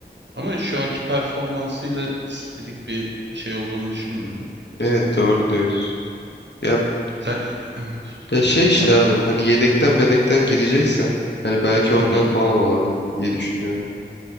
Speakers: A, on the right (about 85°); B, on the left (about 75°).
A: ama şu anki performansıyla stilik bir şey olduğunu düşünmüyorum.
B: Evet doğru diyorsun. Ya,
A: Sen <clears throat>
B: ya şey işte
A: ya,
B: abi. Hani yedekten medekten gireceksen. Hani belki ondan
A: hı hı.
B: falan olabilir diye düşünüyorum.